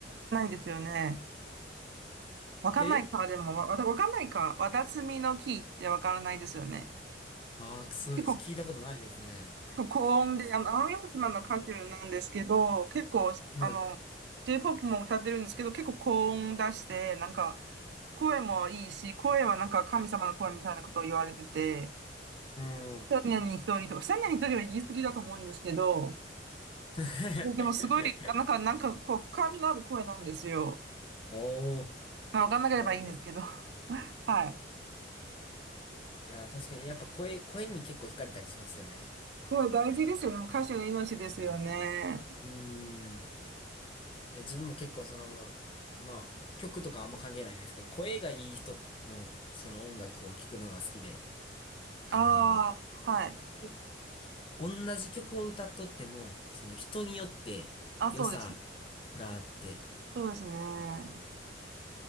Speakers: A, on the right (about 65°); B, on the left (about 30°).
A: ないですよね。わかんないか、
B: え
A: でも、わ、わかんないか。わたすみの木ってわからないですよね。
B: ああー、くそうです。
A: 結構、
B: 聞いたことないですね。
A: 結構高音で、あの、奄美大島の歌手なんですけど、結構、
B: はい。
A: あの、J-POP も歌ってるんですけど、結構高音出して、なんか、声もいいし、声はなんか神様の声みたいなことを言われてて、
B: うん。
A: 千年に一人とか、千年に一人は言い過ぎだと思うんですけど、
B: <laughs>
A: でもすごい、なんか、なんか、こう、深みのある声なんですよ。
B: おお。
A: まあ、わかんなければいいんですけど。
B: いや、いいです。
A: <laughs> はい。
B: いや、確かに、やっぱ声、声に結構惹かれたりしますよね。
A: 声大事ですよね。もう歌手の命ですよね。
B: うん。うーん。え自分も結構その、まあ、曲とかあんま関係ないんですけど、声がいい人の、その音楽を聴くのが好きで、あの、
A: ああ、はい。
B: え同じ曲を歌っとっても、その人によって良さ、
A: あ、そうですね。
B: があって、
A: そうですね。